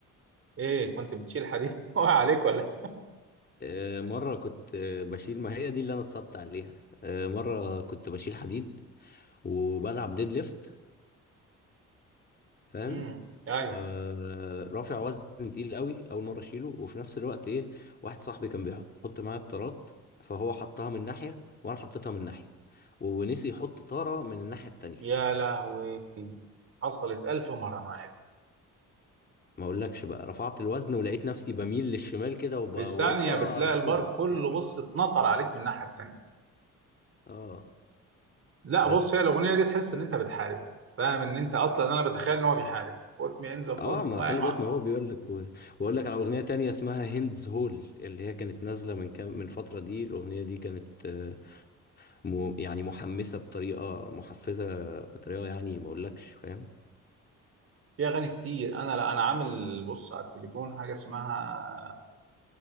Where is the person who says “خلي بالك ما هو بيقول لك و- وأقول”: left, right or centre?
Left